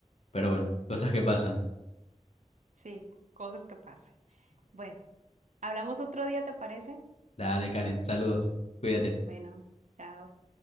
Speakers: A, on the left; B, on the right.
A: pero bueno, cosas que pasan.
B: Sí, cosas que pasan. Bueno, hablamos otro día, ¿te parece?
A: Dale, Karen, saludos, cuídate.
B: Bueno, chao.